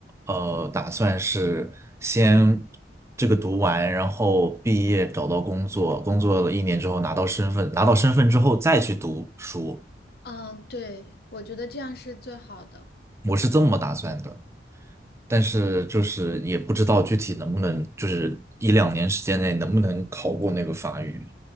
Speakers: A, on the right; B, on the left.
A: 呃打算是先这个读完，然后毕业找到工作，工作了一年之后拿到身份，拿到身份之后再去读书，
B: 嗯，对，我觉得这样是最好的。
A: 我是这么打算的。但是就是也不知道具体能不能，就是一两年时间内能不能考过那个法语。